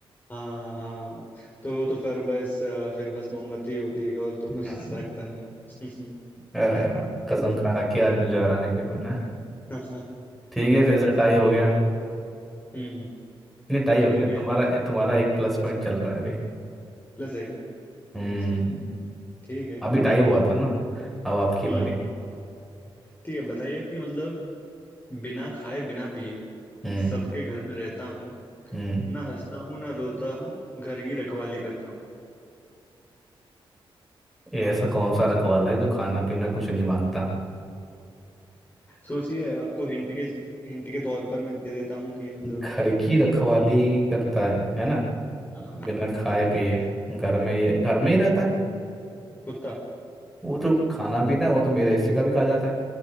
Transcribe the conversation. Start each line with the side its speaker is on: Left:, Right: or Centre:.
Left: हाँ हाँ तो तो फिर बस अ, फिर बस मोमबत्ती होती है और तो
Centre: हम्म।
Left: कुछ सरकता नहीं <laughs>
Centre: अरे यार कसम
Left: ठीक
Centre: खा
Left: है
Centre: रखी है आज मुझे हराने की तुमने
Left: <laughs>
Centre: ठीक है
Left: हाँ
Centre: फिर से टाई हो गया
Left: हम्म
Centre: नहीं टाई
Left: अभी
Centre: हो गया
Left: मेरी
Centre: तुम्हारा तुम्हारा एक प्लस पॉइंट चल रहा है अभी
Left: प्लस है क्या
Centre: हम्म
Left: अच्छा ठीक है
Centre: अभी टाई हुआ था ना अब आपकी
Left: हम्म
Centre: बारी
Left: ठीक है बताइए कि मतलब बिना खाए बिना पिए
Centre: हम्म
Left: सबके घर में रहता हूँ
Centre: हम्म
Left: ना हंसता हूँ ना रोता हूँ घर की रखवाली करता हूँ
Centre: ये ऐसा कौन सा रखवाला है जो खाना पीना कुछ नहीं मांगता
Left: सोचिए आपको हिंट के हिंट के तौर पर मैं दे देता हूँ कि ये मतलब
Centre: घर की रखवाली करता है है ना
Left: हाँ हाँ
Centre: बिना खाए
Left: घर
Centre: पिए
Left: के
Centre: घर में ही घर में ही रहता है
Left: कुत्ता
Centre: वो तो खाना पीना वो तो मेरे हिस्से का भी खा जाता है